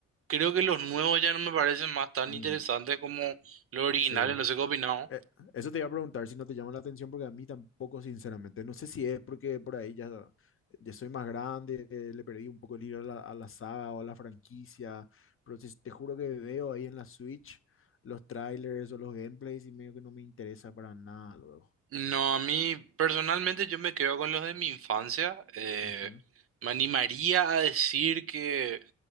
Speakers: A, on the right; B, on the left.
A: creo que los nuevos ya no me parecen más tan
B: mm,
A: interesantes como los originales.
B: sí.
A: No sé qué opinamos.
B: Eh, Eso te iba a preguntar si no te llama la atención, porque a mí tampoco, sinceramente. No sé si es porque por ahí ya, ya soy más grande, eh, le perdí un poco el hilo a la, a la saga o a la franquicia, pero si- te juro que veo ahí en la Switch los trailers o los gameplays y medio que no me interesa para nada luego.
A: No, a mí personalmente yo me quedo con los de mi infancia. Eh,
B: Ujú,
A: me animaría a decir que